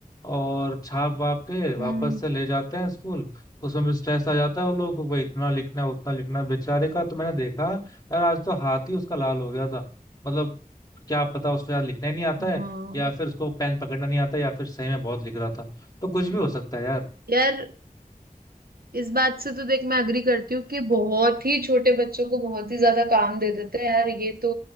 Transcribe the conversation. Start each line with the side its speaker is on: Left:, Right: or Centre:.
Left: और छाप वाप के वापस
Right: हम्म
Left: से ले जाते हैं स्कूल उसमें भी स्ट्रेस आ जाता है उन लोगों को भाई इतना लिखना है उतना लिखना है। बेचारे का तो मैंने देखा यार आज तो हाथ ही उसका लाल हो गया था मतलब क्या पता उसको यार लिखना ही नहीं आता
Right: हाँ
Left: है या फिर उसको पेन पकड़ना नहीं आता या फिर सही में बहुत लिख रहा था तो कुछ भी हो सकता है यार
Right: यार इस बात से तो देख मैं अग्री करती हूँ कि बहुत ही छोटे बच्चों को बहुत ही ज्यादा काम दे देते हैं यार ये तो